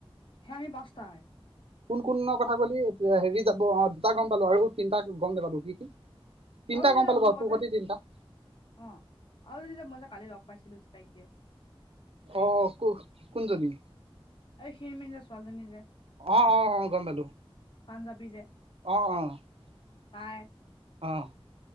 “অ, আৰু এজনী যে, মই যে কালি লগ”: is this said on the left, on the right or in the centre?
Left